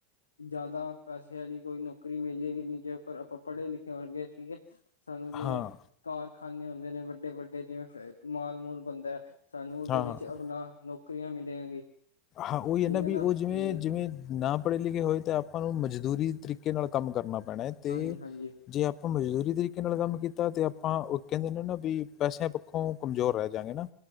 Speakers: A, on the left (about 75°); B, on the left (about 35°).
A: ਜਾਦਾ ਪੈਸੇ ਆਲੀ ਕੋਈ ਨੌਕਰੀ ਮਿਲੇਗੀ ਨੀ ਜੇਪਰ ਆਪਾਂ ਪੜ੍ਹੇ-ਲਿਖੇ ਹੋਣਗੇ ਠੀਕ ਏ ਸਾਨੂੰ ਜਿਵੇਂ
B: ਹਾਂ,
A: ਕਾਰਖਾਨੇ ਹੁੰਦੇ ਨੇ ਵੱਡੇ-ਵੱਡੇ ਜਿਵੇਂ ਫ ਮਾਲ- ਮੂਲ ਬਨਦੈ ਸਾਨੂੰ
B: ਹਾਂ,
A: ਉਦੇ ਵਿੱਚ
B: ਹਾਂ।
A: ਅਪਨਾ ਨੌਕਰੀਆਂ ਮਿਲੇਗੀ।
B: ਹਾਂ, ਓਈ
A: ਠੀਕ
B: ਐ ਨਾਂ ਵੀ
A: ਹੈ ਨਾ
B: ਓ ਜਿਵੇਂ,
A: ਹਾਂਜੀ
B: ਜਿਵੇਂ ਨਾਂ ਪੜ੍ਹੇ ਲਿਖੇ ਹੋਏ ਤੇ ਆਪਾਂ ਨੂੰ ਮਜ਼ਦੂਰੀ ਤਰੀ ਤਰੀਕੇ ਨਾਲ ਕੰਮ ਕਰਨਾ ਪੈਣਾ ਤੇ
A: ਹਾਂਜੀ ਹਾਂਜੀ
B: ਜੇ ਆਪਾਂ ਮਜ਼ਦੂਰੀ ਤਰੀਕੇ ਨਾਲ ਕੰਮ ਕੀਤਾ ਤੇ ਆਪਾਂ ਓ ਕਰਨ ਨੇ ਨਾਂ ਵੀ ਪੈਸੇ ਪੱਖੋ ਕਮਜ਼ੋਰ ਰੈ ਜਾਂਗੇ ਨਾਂ